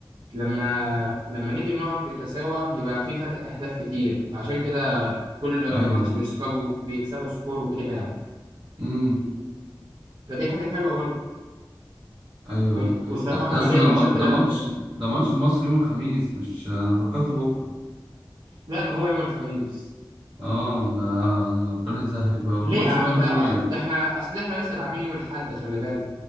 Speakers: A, on the right; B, on the right.
A: لما لما نيجي النقط تتساوى يبقى في فرق اهداف كتير عشان كده كل
B: أيوه
A: ماتش بيكسبوا بيكسبوا سكور وكده يعني
B: امم
A: فدي حاجه حلوه برضو
B: أيوه
A: وم-
B: أيوه
A: وصراحه مخليه
B: يا اسطى ده
A: ماتشات
B: الم... ده
A: الاهلي
B: ماتش
A: حلو
B: ده ماتش المصري يوم الخميس مش أنا فكرته بكرة
A: لا ما هو يوم الخميس
B: اه ده ربنا يسهل بقى
A: ليه
B: وماتش
A: يا عم
B: بيراميدز
A: آه،
B: يوم ايه؟
A: ده احنا اصل احنا لسه لاعبين يوم الاحد خلي بالك